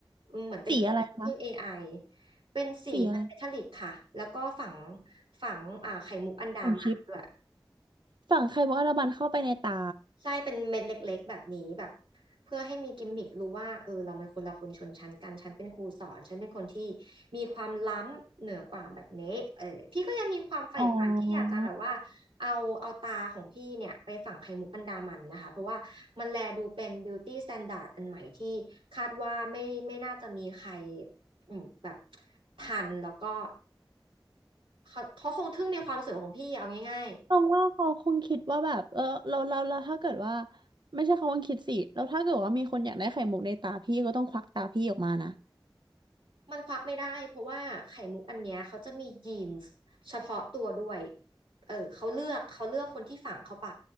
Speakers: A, on the right; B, on the right.
A: อืมเหมือนเป็นเครื่องเครื่อง
B: สีอะไรคะ
A: AI เป็นสีเงินเมทัลลิกค่ะแล้วก็ฝัง
B: สีอะไร
A: ฝังอ่าไข่มุกอันดามันด้วย
B: ของชิปฝั่งไคโบอาราบันเข้าไปในตา
A: ใช่เป็นเม็ดเล็กๆแบบนี้แบบเพื่อให้มีกิมมิครู้ว่าเออเรามันคนละคนชนชั้นกันฉันเป็นครูสอนฉันเป็นคนที่มีความล้ำเหนือกว่าแบบนี้เออพี่ก็ยังมีความใฝ่ฝันที่อยากจะแบบว่าเอาเอาตาของพี่เนี่ยไปฝังไข่มุกอันดามันนะคะเพราะว่ามันแลดูเป็น
B: อ๋อ
A: beauty standard อันใหม่ที่คาดว่าไม่ไม่น่าจะมีใครอืมแบบทันแล้วก็เขาเขาคงทึ่งในความสวยของพี่เอาง่าย
B: มองว่าเขาคงคิดว่าแบบเออเราเราเราถ้าเกิดว่าไม่ใช่เขาคงคิดสิแล้วถ้าเกิดว่ามีคนอยากได้ไข่มุกในตาพี่ก็ต้องควักตาพี่ออกมานะ
A: มันควักไม่ได้เพราะว่าไข่มุกอันเนี้ยเขาจะมียีนส์เฉพาะตัวด้วยเออเขาเลือกเขาเลือกคนที่ฝังเข้าไป